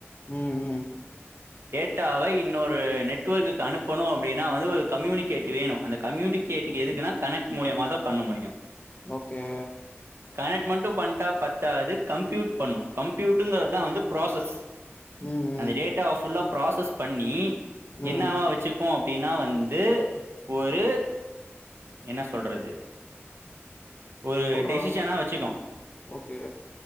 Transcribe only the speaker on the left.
ம் ம்
ஓகே
ம் ம்
ம்
சொல்றா
ஓகே